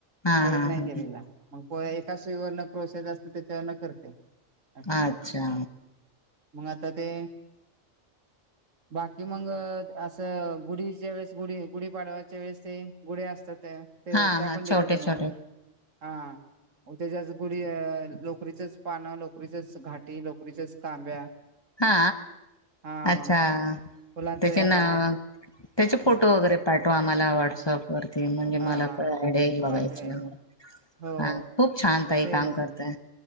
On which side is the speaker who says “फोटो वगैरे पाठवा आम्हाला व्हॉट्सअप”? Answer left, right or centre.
Left